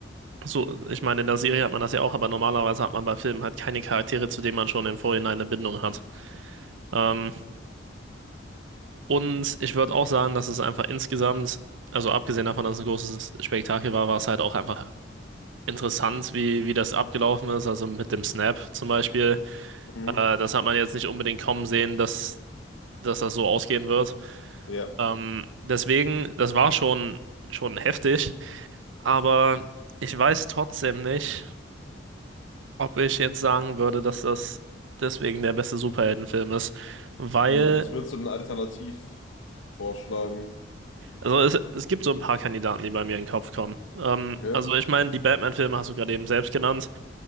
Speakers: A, on the right (about 75°); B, on the left (about 80°).
A: So, ich meine, in der Serie hat man das ja auch, aber normalerweise hat man bei Filmen halt keine Charaktere, zu denen man schon im Vorhinein eine Bindung hat. Ähm, und ich würde auch sagen, dass es einfach insgesamt, also abgesehen davon, dass es ein großes Spektakel war, war es halt auch einfach interessant, wie, wie das abgelaufen ist. Also mit dem Snap zum Beispiel.
B: Mhm.
A: Äh, das hat man jetzt nicht unbedingt kommen sehen, dass, dass das so ausgehen wird.
B: Ja.
A: Ähm, deswegen, das war schon, schon heftig, aber ich weiß trotzdem nicht. ob ich jetzt sagen würde, dass das deswegen der beste Superheldenfilm ist. Weil,
B: Mhm. Was würdest du denn alternativ vorschlagen?
A: also es, es gibt so ein paar Kandidaten, die bei mir in den Kopf kommen. Ähm,
B: Okay.
A: also ich meine, die Batman-Filme hast du gerade eben selbst genannt.